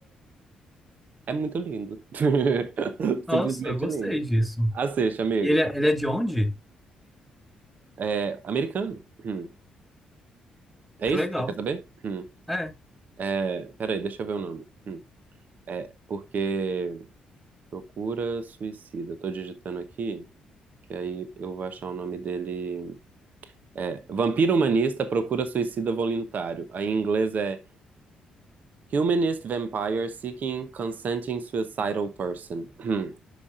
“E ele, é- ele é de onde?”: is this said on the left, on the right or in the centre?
Centre